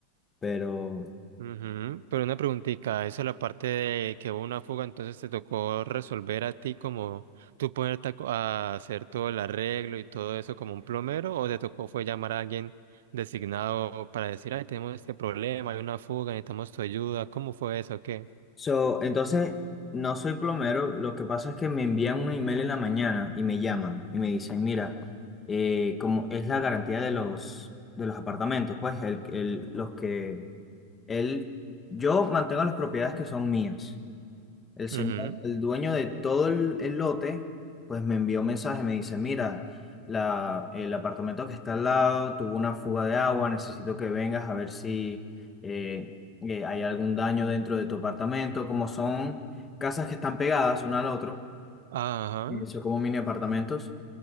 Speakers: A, on the left; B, on the right.
A: Pero
B: Ujú, Pero una preguntita, eso es la parte de que hubo una fuga, entonces te tocó resolver a ti como tú ponerte a, co- a hacer todo el arreglo y todo eso como un plomero, o te tocó fue llamar a alguien designado para decir, ay, tenemos este problema, hay una fuga, necesitamos tu ayuda, ¿cómo fue eso? ¿Qué?
A: So, entonces, no soy plomero, lo que pasa es que me envían un email en la mañana y me llaman y me dicen, mira, eh, como es la garantía de los, de los apartamentos, pues el, el- los que él, yo mantengo las propiedades que son mías. El señor,
B: Ujú,
A: el dueño de todo el, el lote, pues me envió un mensaje, me dice, mira, la, el apartamento que está al lado tuvo una fuga de agua, necesito que vengas a ver si eh, eh, hay algún daño dentro de tu apartamento, como son casas que están pegadas una al otro,
B: Ajá.
A: y son como mini apartamentos.